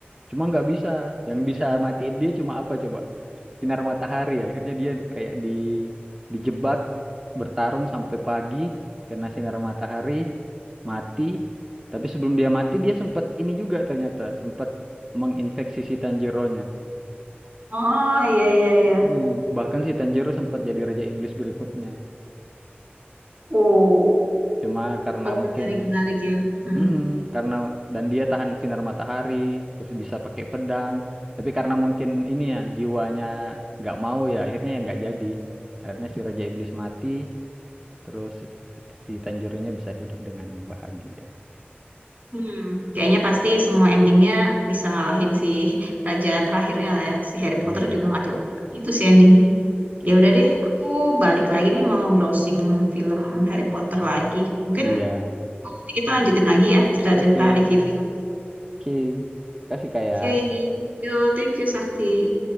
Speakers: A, on the right; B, on the right.
A: cuma nggak bisa. Yang bisa matiin dia cuma apa coba? Sinar matahari. Akhirnya dia kayak di dijebak bertarung sampai pagi kena sinar matahari mati. Tapi sebelum dia mati dia sempat ini juga ternyata sempat menginfeksi si Tanjiro-nya.
B: Oh iya iya iya.
A: Mm, bahkan si Tanjiro sempat jadi Raja Iblis berikutnya.
B: Oh,
A: Cuma karena
B: oh
A: mungkin
B: menarik menarik ya. Mm-mm.
A: Mm-mm, karena dan dia tahan sinar matahari, terus bisa pakai pedang. Tapi karena mungkin ini ya jiwanya nggak mau ya, akhirnya yang nggak jadi. Akhirnya si Raja Iblis mati, terus si Tanjurnya bisa hidup dengan bahagia.
B: Hmm, kayaknya pasti semua endingnya bisa ngalahin si raja terakhirnya lah ya. Si Harry Potter
A: Iya.
B: juga nggak jauh. Itu si endingnya.
A: Oke.
B: Ya udah deh, aku balik lagi nih mau browsing film Harry Potter lagi. Mungkin
A: Iya.
B: nanti kita lanjutin lagi ya cerita-cerita
A: Oke.
B: review film.
A: Oke. Kasih kayak.
B: Oke, Yo, thank you Sakti.